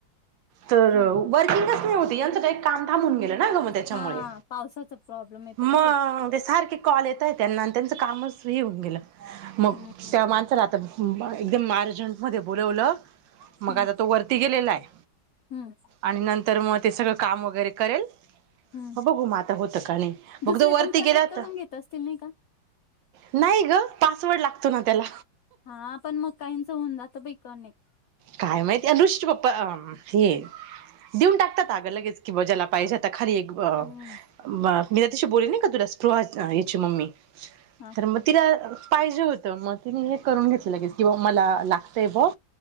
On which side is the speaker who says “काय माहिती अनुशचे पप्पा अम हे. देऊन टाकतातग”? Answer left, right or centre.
Right